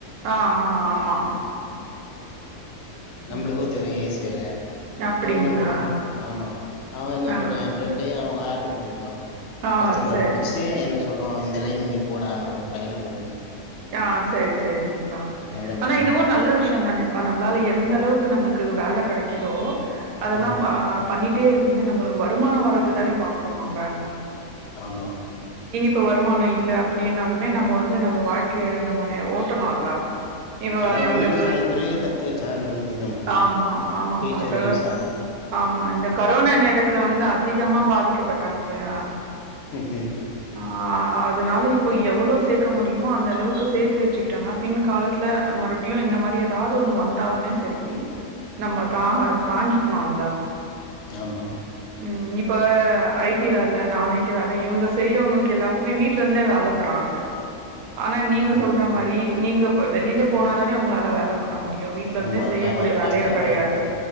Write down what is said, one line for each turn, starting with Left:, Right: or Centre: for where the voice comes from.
Right: ஆ ஆ ஆமா
Left: நம்பளுக்கு
Right: ம்
Left: தெரியு ஏசி வேல
Right: அப்டிங்களா
Left: அவ என்ன பண்ணுவா ஆமா அவன் என்ன
Right: ஆ
Left: பண்ணுவா என் ஃப்ரண்டு அவ ஆர்டரு புடிப்பா
Right: ஆ
Left: கஷ்டமர
Right: சேரி
Left: புடிச்சிட்டு எனக்கு சொல்லுவா இந்த லைன் நீ போடா ஒரு பையன கூட்ன்னு
Right: ஆ சரி சரிங்க
Left: அந்த
Right: ஆனா
Left: மாதிரி
Right: இதுவு
Left: தான்
Right: நல்ல விஷயம் தானேப்பா நம்மளால எந்த அளவுக் கு நம்ளுக்கு வேல கெடைக்குதோ அதெல்லா
Left: ம்
Right: ஆ பண்ணிட் ட்டே இருந்து நம்மளுக்கு வருமானம் வர்றதுதானே பாக்குறோ நம்ப
Left: ஆமா
Right: ப வருமானம் இல்ல அப்டின்னாலுமே நம்ம வந்து நம்ம வாழ்க் க்கைய நம்ப ஓட் ட்டனு இல்ல இப்ப
Left: அதான்
Right: நம்ளுக்கு
Left: ஒன்றுக்கு நாலு தொழில் கற்று வச்சா தான் நல்லது நம்மளுக்கு
Right: ஆமா ஆமாப்பா
Left: ஃப்யூச்சருக்கு
Right: இப்ப
Left: யூஸ் ஆகும்
Right: ஆமா இந்த கரோனா நேரத்துல வந்து அதிகமா பாதிக் க்க பட்டாங்க இல்லையா
Left: உஹ்ம்
Right: ஆ அதனால இப்ப எவ்வளோ சேக்க முடியுமோ அந்த அளவுக்கு சேத்து வச்சிக்கிட்டோனா பின் காலத்துல மறுபடியு இந்த மாரி ஏதாவது ஒண்ணு வந்தாலுமே சேரி நம்ம தா தாங்கிக்கணு இல்ல
Left: ஆமா
Right: ம் இப்ப ஐடி வேல நான்ஐடி வேலை இவங்க செய்யறவங்களுக்கு எல்லாருக்குமே வீட்ல இருந்தே வேலை தராங்க ஆனா நீங்க சொல்ற
Left: ம்
Right: மாரி நீங்க வெளில போனா தானே உங்களால வேல பண்ண முடியு வீட்ல இருந்தே
Left: ஆமாம்
Right: செய்யக்கூடிய
Left: க
Right: வேலையும்
Left: கஷ்டப்பட
Right: கிடையாது